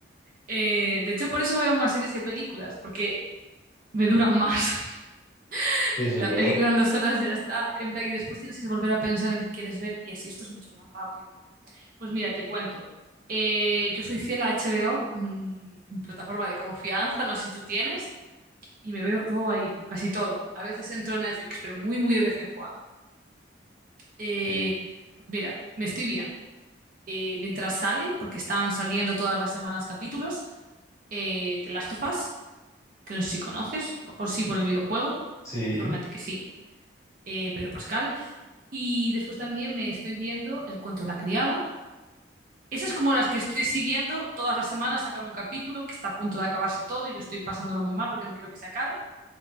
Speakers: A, on the right; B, on the left.
A: Eh, de hecho, por eso veo más series que películas, porque me duran más. <laughs>
B: eso
A: La
B: es verdad.
A: película en dos horas ya está, en plan, y después tienes que volver a pensar en qué quieres ver y así esto es mucho más rápido. Pues mira, te cuento. Eh, yo soy fiel a HBO, mm, mi plataforma de confianza, no sé si tú tienes, y me veo todo ahí, casi todo. A veces entro en Netflix, pero muy, muy de vez en cuando. Eh,
B: Ok,
A: mira, me estoy viendo. eh, mientras salen, porque están saliendo todas las semanas capítulos, eh, The Last of Us, que no sé si conoces, a lo mejor sí por el videojuego,
B: sí.
A: seguramente que sí, eh, Pedro Pascal. Y después también me estoy viendo El cuento de la criada Esas como las que estoy siguiendo, todas las semanas sacan un capítulo que está a punto de acabarse todo y yo estoy pasándolo muy mal porque no quiero que se acabe.